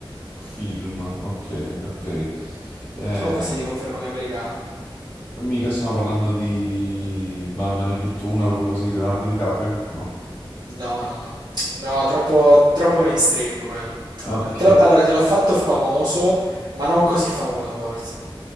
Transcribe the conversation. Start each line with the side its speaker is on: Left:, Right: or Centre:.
Left: Film, ok, ok. Eh,
Right: Comunque si ti conferma che è americano.
Left: mica stiamo parlando di... Ma me ne butto una proprio così, Leonardo DiCaprio? No.
Right: No, no, no. No, troppo, troppo mainstream quello.
Left: Ok,
Right: Non te lo- Allora, te l'ho fatto famoso, ma non così famoso forse.